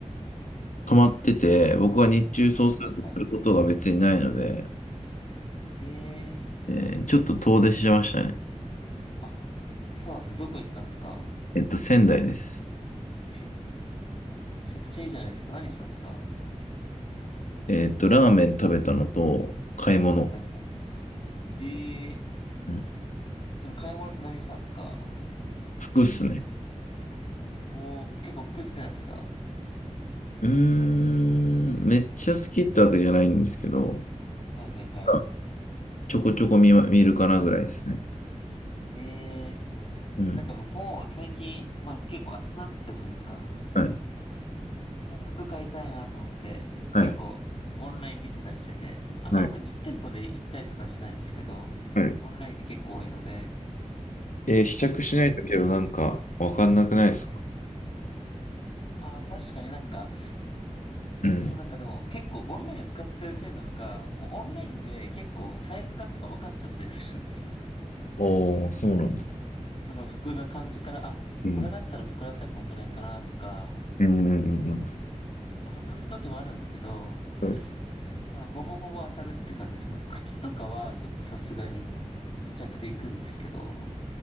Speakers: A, on the left (about 80°); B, on the left (about 50°).
A: 泊まってて、僕は日中そうするとすることが別にないので、
B: はいはいはい。ええ
A: えーちょっと遠出しましたね。
B: ーあ、そうなんですね。どこ行ってたんですか
A: えっと、仙台です。
B: えめちゃくちゃいいじゃないですか。何したんですか
A: えっと、ラーメン食べたのと、買い物。
B: はいはいはい。ええー、
A: うん、
B: その買い物って何したんですか
A: 服っすね。
B: おー、結構服好きなんですか
A: うーん、めっちゃ好きってわけじゃないんですけど、
B: はいはいはい。
A: あちょこちょこ見ま、見るかなぐらいですね。
B: ええ
A: うん。
B: ー、なんか僕も最近、まあ結構暑くなってきたじゃないですか。
A: はい、
B: なんか服買いたいなと思って、
A: はい、
B: 結構オンライン見てたりしてて、あんま僕実店舗で行ったりとかしてないんですけど、
A: はい、はい。
B: オンラインで結構多いので、
A: えー試着しないとけどなんかわかんなくないですか
B: オン、はいはい。ああ、確かになんか、
A: うん。
B: そのなんかでも結構オンラインを使ってるせいなのか、もうオンラインで結構サイズ感とか分かっちゃったりするんですよね。<laughs>
A: おー、そうなんだ。
B: その服の感じから、あ、
A: うん。
B: これだったら僕だったらこんぐらいかなとか、
A: うんうんうん
B: まあ外す時もあるんですけど、
A: うん、
B: まあほぼほぼ当たるって感じですね。靴とかはちょっとさすがに試着で行くんですけど、